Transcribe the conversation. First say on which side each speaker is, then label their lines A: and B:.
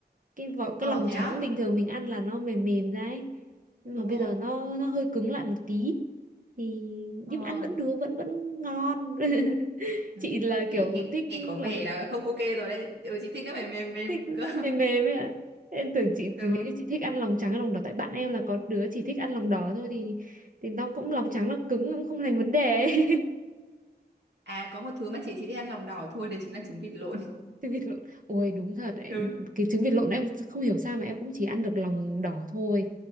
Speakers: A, on the right (about 50°); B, on the right (about 85°).
A: Cái vỏ cái
B: ờ
A: lòng
B: thế
A: trắng
B: á
A: bình thường mình ăn là nó mềm mềm ra ấy. Nhưng
B: đúng
A: mà bây
B: rồi
A: giờ nó nó hơi cứng lại một tí. Thì nhưng
B: ờ
A: mà ăn vẫn được, vẫn vẫn ngon. <laughs>
B: ừ.
A: Chị là
B: nghe,
A: kiểu
B: nghe
A: thích
B: nghe có vẻ
A: lòng
B: là không ok rồi đấy ừ, chị thích nó phải mềm mềm
A: thích
B: cơ
A: mềm mềm ấy ạ em tưởng chị
B: <laughs>
A: nếu
B: ừ
A: như chị thích ăn lòng trắng hay lòng đỏ tại bạn em là có đứa chỉ thích ăn lòng đỏ thôi thì thì nó cũng lòng trắng nó cứng cũng không thành vấn đề ấy. <laughs>
B: à có một thứ mà chị chỉ thích ăn lòng đỏ thôi đấy chính là trứng vịt lộn
A: trứng vịt lộn ôi đúng thật ấy.
B: ừ
A: cái trứng vịt lộn em không hiểu sao mà em cũng chỉ ăn được lòng đỏ thôi